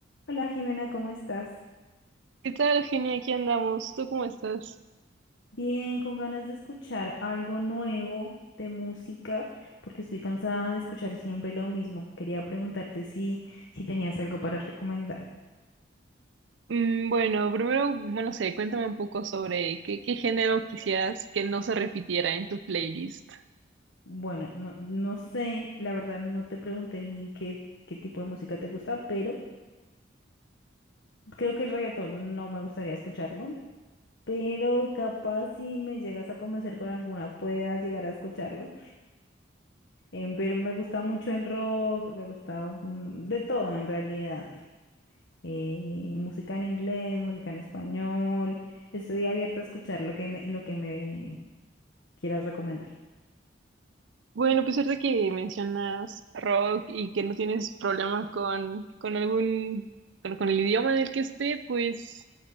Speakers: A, on the left; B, on the right.
A: Hola Jimena, ¿cómo estás?
B: ¿Qué tal, Genia? Aquí andamos. ¿Tú cómo estás?
A: Bien, con ganas de escuchar algo nuevo de música, porque estoy cansada de escuchar siempre lo mismo. Quería preguntarte si, si tenías algo para recomendar.
B: Mm, bueno, primero, bueno, no sé, cuéntame un poco sobre qué, qué género quisieras que no se repitiera en tu playlist.
A: Bueno, no, no sé, la verdad no te pregunté bien qué, qué tipo de música te gusta, pero creo que el reggaetón no me gustaría escucharlo, pero capaz si me llegas a convencer con alguna, pueda llegar a escucharlo. Em, pero me gusta mucho el rock, me gusta mm, de todo en realidad. eh, música en inglés, música en español. Estoy abierta a escuchar lo que me, lo que me quieras recomendar.
B: Bueno, pues ahorita que mencionas rock y que no tienes problema con, con algún, con, con el idioma en el que esté, pues